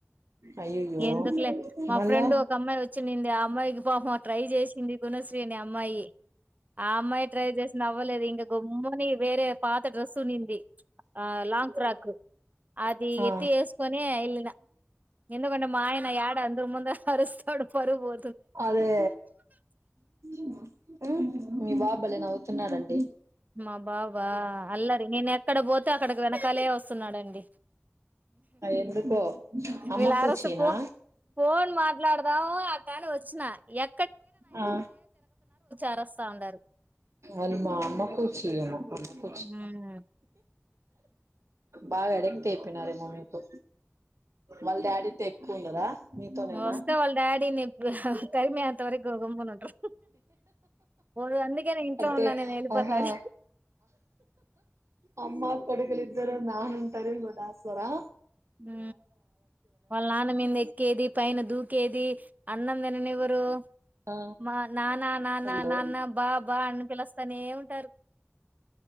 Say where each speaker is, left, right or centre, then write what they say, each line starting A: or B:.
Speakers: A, on the right; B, on the right.
A: అయ్యయ్యో
B: ఎందుకులే మా
A: మళ్ళా
B: ఫ్రెండ్ ఒక అమ్మాయి వచ్చింది ఆ అమ్మాయి అకి పాపం ట్రై చేసింది గునశ్రీని అమ్మాయి ఆ అమ్మాయి ట్రై చేసిన అవ్వలేదు ఇంకా గమ్ముని వేరే పాత డ్రెస్ ఉనింది ఆ లాంగ్ ఫ్రాక్ అది
A: ఆ
B: ఎత్తి వేసుకొని వెళ్ళిన ఎందుకంటే మాయన యడ అందరు ముంద అరుస్తాడు పరువు బో
A: అదే ఉమ్ మీ బాబు భలే నవ్వుతున్నాడు అండి
B: మా బాబా అల్లరి నేను ఎక్కడ పోతే అక్కడకి వెనకాలే వస్తాడు వస్తున్నాడండి
A: ఎందుకో అమ్మ
B: వీళ్ళ
A: కూచినా
B: అరుసు పో పోన్ మాట్లాడదాం ఆట అని వచ్చినా ఎ
A: ఆ
B: అరస్తా ఉండారు
A: అల్మా అమ్మకు శీ అమ్ కూచి
B: హ్మ్.
A: బాగా అడిక్ట్ అయిపోయినారేమ మీకు వాళ్ళ డాడీ తో ఎక్కువ ఉండరా మీతోనేనా
B: వస్తా వాళ్ళ డాడీని తరిమే అంత వరకు గమ్మున ఉంటారు పోదు అందుకే నేను ఇంట్లో
A: అంటే
B: ఉన్నా నేను వెళ్ళిపోతాడు
A: ఆహా అమ్మ కొడుకులిద్దరూ నా ఇంతరబోటాస్రా
B: ఉ వాళ్ళ నాన్న మీద ఎక్కేది పైన దూకేది అన్నం తిననివారు
A: ఆ
B: మా నానా నానా
A: అయ్యో
B: నాన్న బా బా అని పిలుస్తానే ఉంటారు